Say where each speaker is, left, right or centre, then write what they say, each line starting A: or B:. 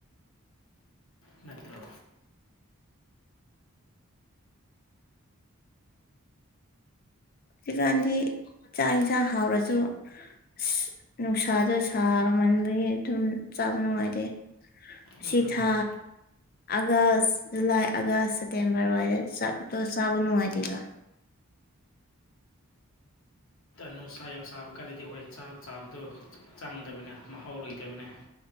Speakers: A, on the left (about 65°); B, on the left (about 40°).
A: ꯅꯠꯇ꯭ꯔ
B: ꯍꯧꯖꯤꯛꯀꯥꯟꯗꯤ ꯆꯥꯛ ꯌꯦꯟꯁꯥꯡ ꯍꯥꯎꯔꯁꯨ ꯑꯁ ꯅꯨꯡꯁꯥꯗꯣ ꯁꯥꯃꯟꯕꯒꯤ ꯑꯗꯨꯝ ꯆꯥꯕ ꯅꯨꯡꯉꯥꯏꯇꯦ
A: ꯎꯝ
B: ꯁꯤꯤ ꯊꯥ ꯑꯥꯒꯁ ꯖꯨꯂꯥꯏ ꯑꯥꯒꯁ ꯁꯦꯞꯇꯦꯝꯕꯔ ꯑꯗꯨꯋꯥꯏꯗ ꯆꯥꯛꯇꯣ ꯆꯥꯕ ꯅꯨꯡꯉꯥꯏꯇꯦꯕ
A: ꯅꯨ ꯁꯥ ꯌꯥꯝ ꯆꯥꯕ ꯀꯥꯟꯗꯗꯤ ꯍꯣꯏ ꯆꯥꯛ ꯆꯥꯕꯗꯣ ꯆꯪꯗꯕꯅꯦ ꯃꯍꯥꯎ ꯂꯩꯇꯕꯅꯦ